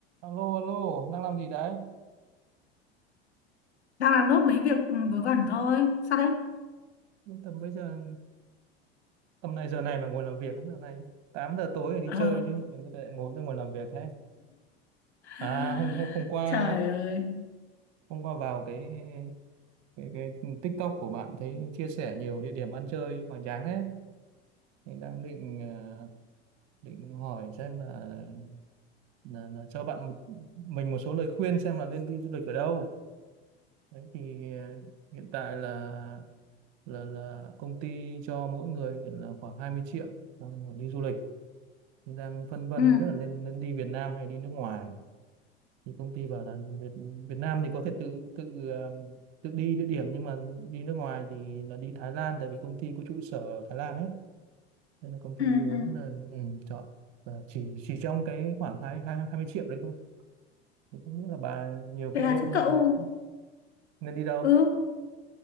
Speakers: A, on the right; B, on the left.
A: Alo, alo, đang làm gì đấy?
B: đang làm nốt mấy việc ừ, vớ vẩn thôi sao đấy
A: Tầm bây giờ, tầm này giờ này mà ngồi làm việc, giờ này 8 giờ tối rồi đi
B: ờ
A: chơi chứ, mình có thể ngồi đây ngồi làm việc thế.
B: <laughs>
A: À, hôm, hôm, hôm qua,
B: trời ơi
A: hôm qua vào cái, cái, cái TikTok của bạn thấy chia sẻ nhiều địa điểm ăn chơi hoành tráng thế. Thì đang định, ờ, định hỏi xem là, là, là cho bạn một, mình một số lời khuyên xem là nên đi du lịch ở đâu. Đấy thì ờ, hiện tại là là là công ty cho mỗi người là khoảng 20 triệu ờ, đi du lịch đang phân vân
B: ừ
A: không biết là nên nên đi Việt Nam hay đi nước ngoài thì công ty bảo là Việt Việt Nam thì có thể tự tự ờ, tự đi địa điểm nhưng mà đi nước ngoài thì là đi Thái Lan tại vì công ty có trụ sở ở Thái Lan ấy nên là công ty
B: ừ
A: muốn
B: ừ
A: là, ừ, chọn và chỉ chỉ trong cái khoảng hai hai hai mươi triệu đấy thôi thì không biết là bà nhiều
B: thế
A: kinh
B: là
A: nghiệm
B: thế
A: hơn
B: cậu
A: nên nên đi đâu
B: ừ